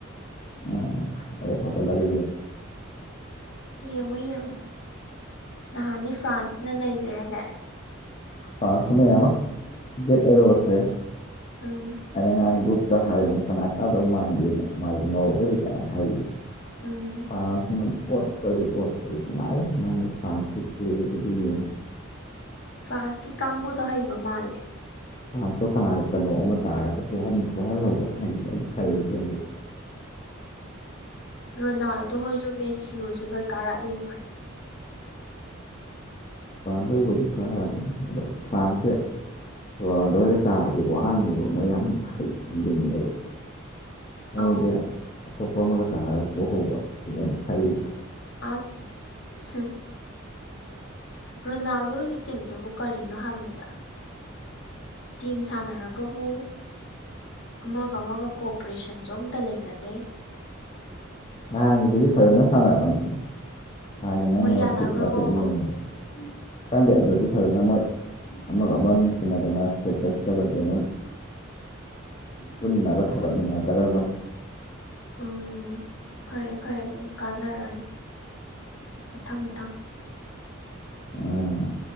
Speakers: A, on the left; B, on the left.
A: ꯑ ꯑꯩ ꯍꯄꯂꯒ
B: ꯌꯦꯡꯉꯨ ꯌꯦꯡꯉꯨ ꯅꯍꯥꯟꯗꯤ ꯐ꯭ꯔꯥꯟꯁꯅ ꯂꯩꯈ꯭ꯔꯦ ꯍꯥꯏꯇꯥꯔꯦ
A: ꯄꯥꯥꯡꯈꯗ ꯌꯥꯝ ꯑꯃ ꯒꯦꯠ ꯑꯦꯔꯣꯁꯦ
B: ꯎꯝ
A: ꯑꯗ ꯉ ꯑꯥꯡꯒꯨꯞ ꯍꯥꯏꯕꯅꯦ ꯀꯅꯥ ꯀꯥꯗꯧ ꯃꯥꯟꯒꯦꯅ ꯃꯥꯁ ꯅꯣꯔꯋꯦ ꯀꯥꯏꯅ ꯍꯥꯏꯔꯤ
B: ꯎꯝ
A: ꯁꯥꯅ ꯑꯣꯠꯄꯗꯤ ꯑꯣꯠꯄꯗꯤꯅꯨꯡ ꯉꯥꯏ ꯁꯥ ꯐꯗꯕꯤ ꯌꯥꯝ
B: ꯐ꯭ꯔꯥꯟꯁꯀꯤ ꯀꯥꯡꯕꯨꯗꯣ ꯍꯩꯕ ꯃꯥꯜꯂꯤꯦ
A: ꯀꯁꯨ ꯀꯅꯥꯒ ꯀꯩꯅꯣ ꯑꯃ ꯇꯥꯔꯒ ꯄꯣꯛꯍꯟꯍꯧꯕ ꯍꯥꯏꯁꯤꯅꯦ ꯑꯩꯅ ꯈꯜꯜꯂꯤꯁꯦ ꯍꯧꯖꯤꯛ ꯦ
B: ꯔꯣꯅꯥꯜꯗꯣ ꯍꯣꯏꯁꯨ ꯃꯦꯁꯤ ꯍꯣꯏꯁꯨ ꯂꯣꯏ ꯀꯥꯔꯛꯑꯗꯤ ꯅꯨꯡꯉꯥꯏ
A: ꯗꯕꯨꯗꯤ ꯀꯥꯔꯅꯤ ꯑꯗꯣ ꯐ꯭ꯔꯥꯟꯁꯁꯦ ꯔꯥꯎꯗ ꯑꯣꯏꯕ ꯇꯥꯔꯗꯤ ꯋꯥꯔꯅꯦꯕ ꯃꯣꯏ ꯌꯥꯝ ꯍꯩꯝꯅꯤꯡꯉꯦꯕ ꯃꯣꯏꯁ
B: ꯑꯧ
A: ꯑꯇꯣꯞꯄ ꯑꯃꯒ ꯇꯥꯔꯛꯄ ꯍꯧꯕ ꯁꯤꯅꯦꯅ ꯈꯜꯂꯤꯁꯦ
B: ꯑꯁ ꯔꯣꯅꯥꯜꯗꯣꯒꯤ ꯇꯤꯝꯗꯨꯕꯨ ꯀꯔꯤꯅꯣ ꯍꯪꯉꯤꯗ ꯇꯤꯝ ꯁꯥꯟꯅꯔꯒꯕꯨ ꯑꯃꯒ ꯑꯃꯒ ꯀꯣꯑꯣꯄꯔꯦꯁꯟꯁꯨ ꯑꯝꯇ ꯂꯩꯅꯗꯦ
A: ꯅꯍꯥꯟꯒꯤꯗꯨꯗꯤ ꯐꯖꯅ ꯁꯥꯟꯅꯕꯅꯤ ꯅꯍꯥꯟꯒꯤ ꯅꯪꯅ
B: ꯃꯣꯏ ꯌꯥꯅꯈ꯭ꯔꯕꯣ
A: ꯃꯇꯦꯛ ꯃꯇꯦꯛ
B: ꯑꯃꯨꯛ
A: ꯌꯦꯡꯕꯗꯣ ꯈꯪꯗꯦ ꯑꯗꯨꯗꯤ ꯐꯖꯅ ꯃꯣꯏ ꯑꯃꯒ ꯑꯃꯒ ꯅꯨꯡꯁꯤꯅꯗꯅ ꯏꯁꯇꯦꯇꯁꯇꯒꯗꯤ ꯑꯗꯨꯝ ꯄꯨꯟꯅꯒ ꯊꯥꯔꯠꯃꯤꯟꯅꯒꯗꯕꯅꯤ
B: ꯎꯝ ꯐꯔꯦ ꯐꯔꯦ ꯑꯗꯨꯗꯤ ꯀꯥꯖꯔꯛꯑꯅꯤ ꯃꯊꯪ ꯃꯊꯪ
A: ꯎꯝ